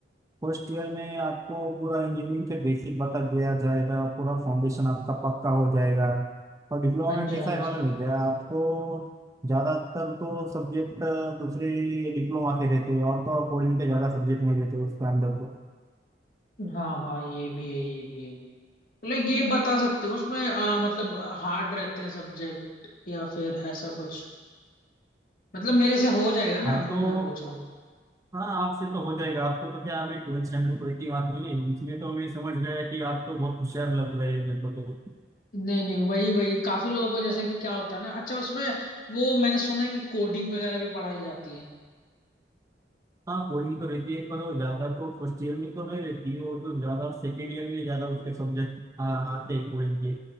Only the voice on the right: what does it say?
फर्स्ट ईयर में आपको पूरा इंजीनियरिंग के बेसिक बता दिया जाएगा पूरा फाउंडेशन आपका पक्का हो जाएगा और डिप्लोमा
में
कैसा
है
मालूम हो गया आपको ज़्यादातर तो सब्जेक्ट दूसरे डिप्लोमा के रहते हैं और तो और कोडिंग के ज़्यादा सब्जेक्ट नहीं रहते उसके अंदर तो
हाँ
तो
हाँ आपसे तो हो जाएगा आपको तो क्या अभी ट्वेल्थ स्टैंडर्ड कोई की बात मिली इसलिए तो मैं समझ गया कि आप तो बहुत होशियार लग रहे हैं मेरे को तो
हाँ वही तो रहती है पर वो ज्यादा तो फर्स्ट ईयर में तो नहीं रहती है वो तो ज्यादा सेकेंड ईयर में ज्यादा उसके सब्जेक्ट आते हैं कोई के